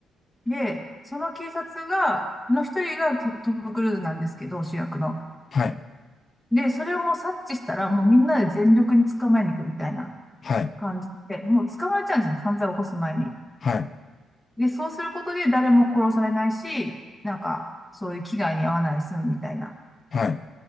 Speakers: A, in the centre; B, on the left.
A: で、その警察が、の一人がトトム・クルーズなんですけど、主役の。
B: はい。
A: で、それをもう察知したら、もうみんなで全力に捕まえに行くみたいな
B: はい。
A: 感じで、もう捕まえちゃうんですよ、犯罪を起こす前に。
B: はい。
A: で、そうすることで誰も殺されないし、なんか、そういう危害に遭わないで済むみたいな。
B: はい。